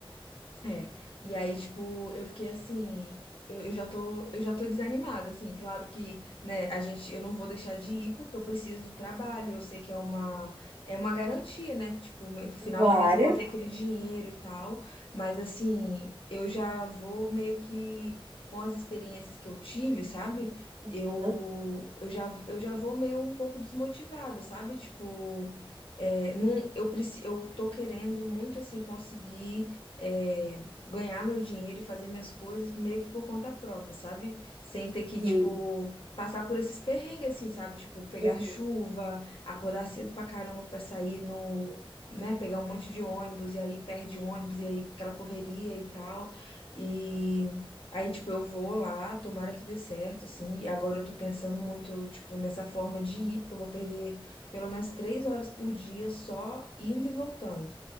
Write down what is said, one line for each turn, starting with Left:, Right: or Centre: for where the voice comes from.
Left: É, e aí, tipo, eu fiquei assim, eu, eu já tô, eu já tô desanimada, assim, claro que, né, a gente, eu não vou deixar de ir porque eu preciso do trabalho, eu sei que é uma, é uma garantia, né, que, tipo, no final
Right: A tua
Left: do mês
Right: área.
Left: eu vou ter aquele dinheiro e tal, mas, assim, eu já vou meio que, com as experiências que eu tive, sabe, eu,
Right: Ah,
Left: eu já, eu já vou meio um pouco desmotivada, sabe, tipo... É, não, eu, preci- eu tô querendo muito assim conseguir é, ganhar meu dinheiro e fazer minhas coisas meio que por conta própria, sabe? Sem ter que,
Right: sim.
Left: tipo, passar por esses perrengues, assim, sabe? Tipo, pegar
Right: Uhum.
Left: chuva, acordar cedo pra caramba pra sair no. Né, pegar um monte de ônibus e aí perde o ônibus e aí aquela correria e tal. E aí, tipo, eu vou lá, tomara que dê certo, assim. E agora eu tô pensando muito, tipo, nessa forma de ir, porque eu vou perder pelo menos três horas por dia só indo e voltando.